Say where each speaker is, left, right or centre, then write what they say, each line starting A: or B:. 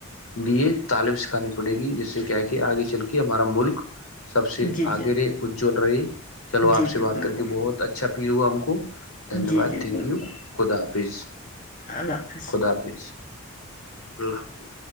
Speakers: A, on the left (about 80°); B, on the left (about 35°).
A: لیے تعالم سکھانی پڑے گی جس سے کیا ہے کہ آگے چل کے ہمارا ملک سب سے
B: جی جی
A: آگے رہے اججل رہے چلو آپ
B: جی
A: سے
B: جی
A: بات
B: بالکل
A: کر کے بہت اچھا فیل ہوا ہم کو دھنیہ
B: جی
A: واد
B: جی
A: تھینک
B: بالکل
A: یو خدا حافظ
B: اللہ حافظ
A: خدا ح اللہ حافظ